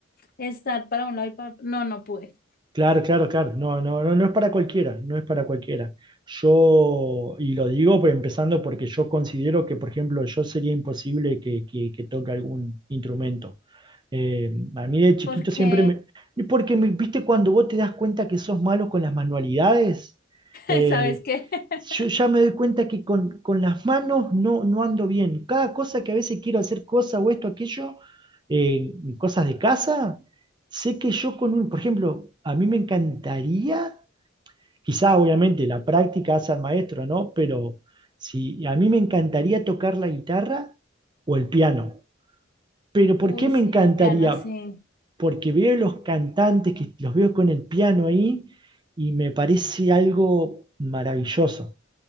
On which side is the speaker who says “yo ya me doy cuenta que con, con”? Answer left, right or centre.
Right